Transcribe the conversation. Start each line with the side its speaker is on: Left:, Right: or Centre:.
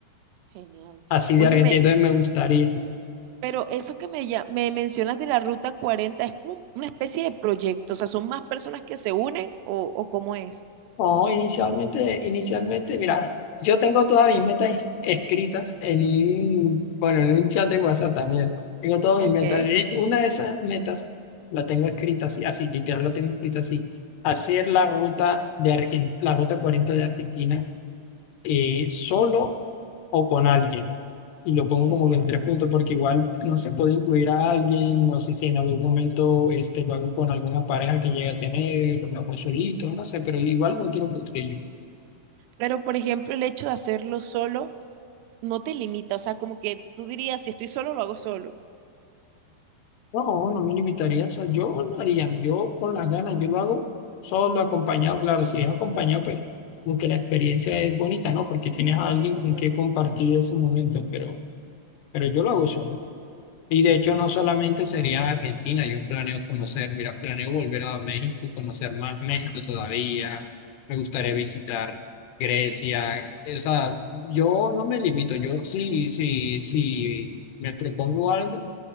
Right: Genial.
Left: así
Right: Óyeme,
Left: de Argentina. Entonces me gustaría.
Right: pero eso que me, ya- me mencionas de la Ruta 40 es como una especie de proyecto. O sea, ¿son más personas que se unen o, o cómo es?
Left: No, inicialmente, inicialmente, mira, yo tengo todas mis metas es- escritas en un, bueno, en un chat de WhatsApp también. Tengo todas
Right: Ok,
Left: mis metas. Y una de esas metas la tengo escrita así, así, literal la tengo escrita así. Hacer la ruta de Argen- la ruta 40 de Argentina eh, solo o con alguien. Y lo pongo
Right: genial.
Left: como que en tres puntos porque igual no se puede incluir a alguien, no sé si en algún momento este, lo hago con alguna pareja que llegue a tener, o lo hago solito, no sé, pero igual no quiero yo
Right: Pero, por ejemplo, el hecho de hacerlo solo no te limita. O sea, como que tú dirías, si estoy solo, lo hago solo.
Left: No, no me limitaría, o sea, yo lo haría, yo con las ganas, yo lo hago solo, acompañado, claro, si es acompañado, pues como que la experiencia es bonita, ¿no? Porque tienes a
Right: Sí,
Left: alguien
Right: es
Left: con
Right: bonita.
Left: quien compartir ese momento, pero, pero yo lo hago solo. Y de
Right: Genial,
Left: hecho no solamente sería Argentina, yo planeo conocer, mira, planeo volver a México, conocer más México todavía, me gustaría visitar Grecia, o sea, yo no me limito, yo sí, sí, sí me propongo algo,